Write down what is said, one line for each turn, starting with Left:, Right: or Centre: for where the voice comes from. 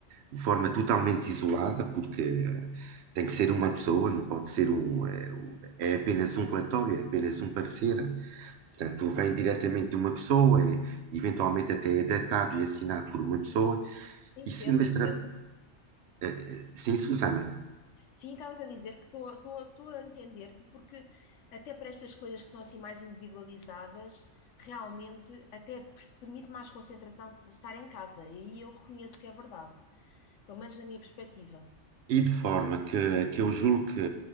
Right: de forma totalmente isolada, porque eh, tem que ser uma pessoa, não pode ser um. eh, um- É apenas um relatório, é apenas um parecer. Portanto, vem diretamente de uma pessoa, é- eventualmente até é datado e assinado por uma pessoa.
Left: Entendo,
Right: E sendo
Left: entendo.
Right: extra... eh, eh, Sim, Susana.
Left: Sim, estava-te a dizer que estou estou- estou a entender-te, porque até para estas coisas que são assim mais individualizadas, realmente até pers- permite mais concentração de estar em casa, e aí eu reconheço que é verdade, pelo menos na minha perspectiva.
Right: E de forma que, que eu julgo que